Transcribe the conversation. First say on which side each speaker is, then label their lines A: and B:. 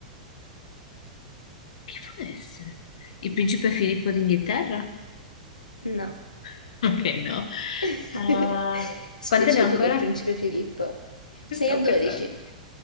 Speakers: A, on the left; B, on the left.
A: chi può essere? Il principe Filippo d'Inghilterra?
B: no.
A: <laughs> Ok, no.
B: <laughs>
A: Ah,
B: Specifico
A: quante ne ho ancora?
B: il principe Filippo.
A: Ci
B: Sei
A: Stavo
B: a 12.
A: pensando.